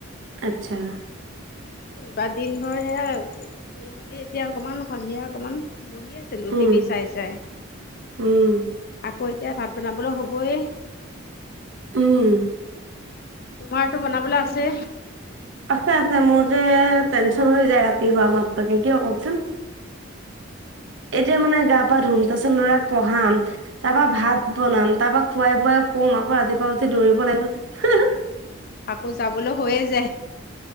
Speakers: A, on the right (about 60°); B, on the left (about 45°).
A: আচ্ছা।
B: কি কৰিবা দিন ভৰ সেয়া, কৰি মেলি এতিয়া অকমান সন্ধিয়া অকমান। বহি আছিলো
A: উম
B: টিভি চাই চাই,
A: উম
B: আকৌ এতিয়া ভাত বনাবলৈ হ'ব। বহ য়ে।
A: উম।
B: তোমাৰটো বনাবলৈ আছে?
A: আছে আছে মোৰ যে টেনচন হৈ যায় ৰাতিপুৱা মাতবাকে, কিয় কওকচোন? এতিয়া মানে গাত ধুম তাৰপাছত ল'ৰাক পঢ়াম তাৰপা ভাত বনাম, তাৰপা খোৱাই বোৱাই শুম, আকৌ ৰাতিপুৱা উঠি দৌৰিব লাগিব যে।
B: আকৌ যাবলৈ হৈয়ে যায়